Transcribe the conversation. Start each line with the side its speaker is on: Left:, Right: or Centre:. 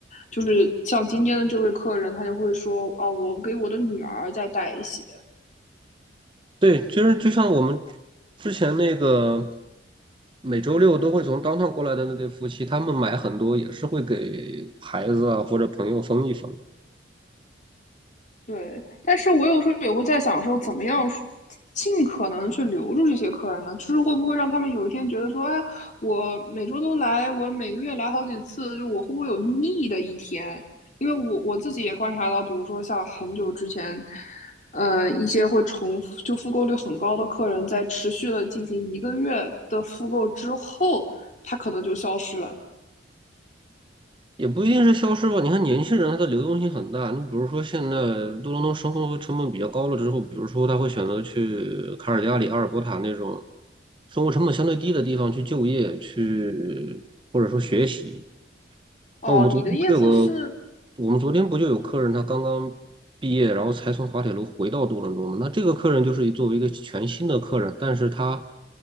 Left: 就是像今天的这位客人，他就会说啊，我给我的女儿再带一些，
Right: 对，其实就像我们之前那个每周六都会从 downtown 过来的那对夫妻，他们买很多也是会给孩子啊或者朋友分一分，
Left: 对，但是我有时候也会在想说，怎么样尽可能去留住这些客人呢？就是会不会让他们有一天觉得说，哎，我每周都来，我每个月来好几次，就我会不会有腻的一天？因为我我自己也观察到，比如说像很久之前，嗯，一些会重复就复购率很高的客人，在持续的进行一个月的复购之后，他可能就消失了。
Right: 也不一定是消失吧。你看年轻人他的流动性很大，你比如说现在多伦多生活成本比较高了之后，比如说他会选择去卡尔加里、阿尔伯塔那种生活成本相对低的地方去就业，去或者说学习。
Left: 哦，
Right: 那我们昨天不就有个，
Left: 你的意思是，
Right: 我们昨天不就有客人他刚刚毕业，然后才从滑铁卢回到多伦多吗？那这个客人就是作为一个全新的客人，但是他